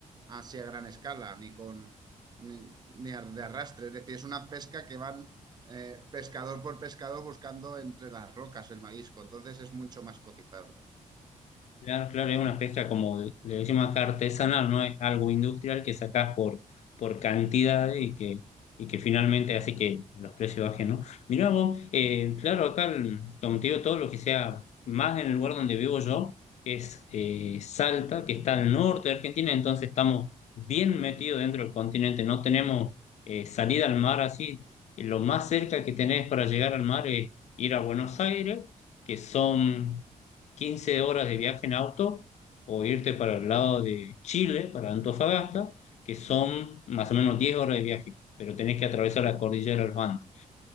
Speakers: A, on the right; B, on the left.
A: así a gran escala, ni con ni, ni ar- de arrastre, es decir, es una pesca que van eh, pescador por pescador buscando entre las rocas el marisco, entonces es mucho más cotizado.
B: Claro, claro, es una pesca como de- le decimos acá artesanal, no es algo industrial que sacás por, por cantidad y que, y que finalmente hace que los precios bajen, ¿no? Mirá vos, eh, claro, acá, el- como te digo, todo lo que sea más en el lugar donde vivo yo es eh, Salta, que está al norte de Argentina, entonces estamos bien metidos dentro del continente, no tenemos eh, salida al mar así. Lo más cerca que tenés para llegar al mar es ir a Buenos Aires que son 15 horas de viaje en auto o irte para el lado de Chile, para Antofagasta, que son más o menos 10 horas de viaje, pero tenés que atravesar la cordillera de los Andes.